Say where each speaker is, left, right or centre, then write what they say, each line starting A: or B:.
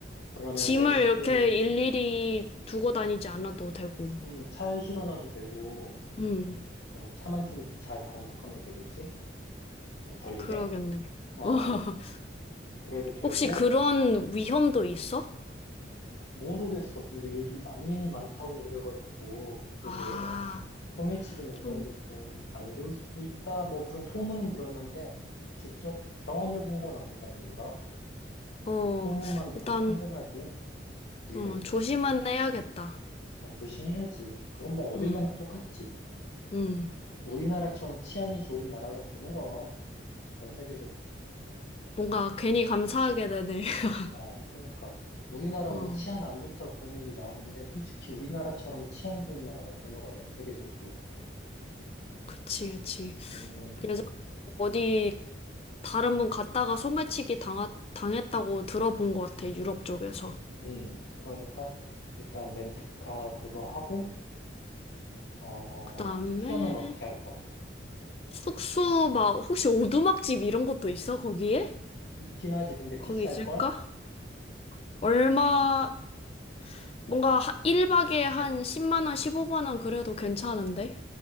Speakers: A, on the left; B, on the left.
A: 그러면
B: 짐을
A: 렌트,
B: 이렇게 일일이 두고 다니지 않아도 되고.
A: 음, 차에 실어놔도 되고
B: 음,
A: 어, 차만 좀 잘 단속하면 되겠지? 안 털리게?
B: 그러겠네.
A: 어,
B: <laughs>
A: 그래도 되고
B: 혹시 그런 위험도 있어?
A: 모르겠어. 근데 요즘 난민이 많다고 그래가지고 그쪽에
B: 아,
A: 소매치기나
B: 좀,
A: 이런 게 좀 안 좋을 수도 있다. 뭐 그런 소문은 들었는데 직접 경험해 본 건 아니잖아, 우리가.
B: 어,
A: 음, 소문만 듣고
B: 일단,
A: 판단하기엔 우리가
B: 어,
A: 있지.
B: 조심은 해야겠다.
A: 어, 조심해야지. 그건 뭐 어딜
B: 음,
A: 가나 똑같지.
B: 음.
A: 우리나라처럼 치안이 좋은 나라가 드물어. 전 세계적으로.
B: 뭔가 괜히 감사하게 되네. <laughs>
A: 어, 그러니까 우리나라
B: 어,
A: 뭐 치안 안 좋다 그런 얘기 나오는데 솔직히 우리나라처럼 치안 좋은 나라가 드물어요, 세계적으로.
B: 그치, 그치.
A: 음.
B: 예전 어디 다른 분 갔다가 소매치기 당하, 당했다고 들어본 것 같아, 유럽 쪽에서.
A: 음, 그러니까 일단 렌트카 그거 하고 어,
B: 그 다음에,
A: 숙소는 어떻게 할 거?
B: 숙소 막 혹시 오두막집 이런 것도 있어? 거기에?
A: 있긴 하지. 근데
B: 거기
A: 비쌀
B: 있을까?
A: 걸?
B: 얼마 뭔가 1박에 한 10만 원, 15만 원 그래도 괜찮은데?